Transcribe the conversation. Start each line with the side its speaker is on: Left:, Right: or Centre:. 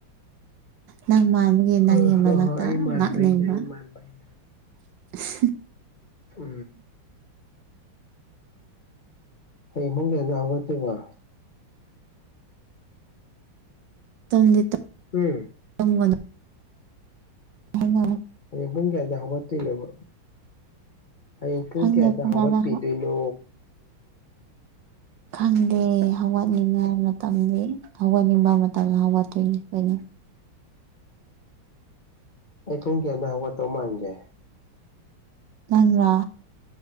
Right: ꯅꯪ ꯃꯥꯒꯤ ꯅꯪꯒꯤ
Left: ꯍꯣꯏ ꯍꯣꯏ
Right: ꯃꯅꯥꯛꯇ
Left: ꯍꯣꯏ ꯑꯩ ꯃꯥꯟꯕꯩꯅꯦ
Right: ꯂꯥꯛꯅꯤꯡꯕ
Left: ꯑꯩ ꯃꯥꯟꯕꯩꯅꯦ
Right: <unintelligible>
Left: ꯎ ꯑꯩ ꯏꯃꯨꯡꯒꯤ ꯍꯦꯟꯅ ꯍꯧꯒꯠꯇꯦꯕ
Right: ꯇꯝꯗꯤ ꯇꯒꯗ
Left: ꯎꯝ
Right: ꯎ ꯍ <unintelligible>
Left: ꯍꯌꯦꯡ ꯄꯨꯡ ꯀꯌꯥꯗ ꯍꯧꯒꯠꯇꯣꯏꯅꯣꯕ ꯡ ꯄꯨꯨꯡ
Right: ꯈꯪꯗꯦ
Left: ꯀꯌꯥ
Right: ꯄꯨꯡ
Left: ꯍꯧꯒꯠꯄꯤꯗꯨ
Right: ꯀꯌꯥꯗ
Left: ꯅꯣ
Right: ꯈꯪꯗꯦ ꯍꯧꯒꯠꯅꯤꯡꯉꯥꯏ ꯃꯇꯝ ꯍꯧꯒꯠꯅꯤꯡꯉꯥꯏ ꯃꯇꯥ ꯂꯍ ꯋꯥꯇꯣꯏ ꯉ ꯀꯣꯏ
Left: ꯑꯩ ꯄꯨꯡ ꯀꯌꯥꯗ ꯍꯧꯒꯠꯇꯧ ꯃꯥꯟꯒꯦ
Right: ꯅꯪꯥ